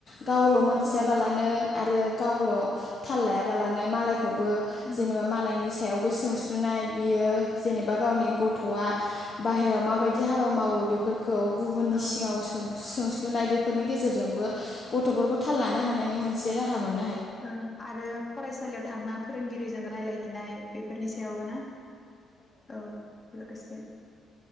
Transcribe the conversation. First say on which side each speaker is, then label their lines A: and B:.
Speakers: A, on the left (about 45°); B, on the left (about 30°).
A: गावल मिथियाबालानो
B: औ
A: आरो। गावल थाल लायाबालानो मालाय खौबो
B: उम
A: जेनेबा मालायनि फिसायावबो सोंस्लुनाय बियो। जेनेबा गावनि
B: औ
A: गथ'आ बाहेराव माबायदि
B: औ
A: हाबा मावो बेफोरखौ गुबुननि
B: औ
A: सिाङाव सोंस्लु नाय बेफोरनि गेजेरजोंबो गथ'फोरखौ थाल लानो हानायनि मोनसे राहा मोन
B: उम आरो फरायसालियाव थांना फोरोंगिरिजों रायलायहैनाय बेफोरनि सायावबो ना औ। लोगोसे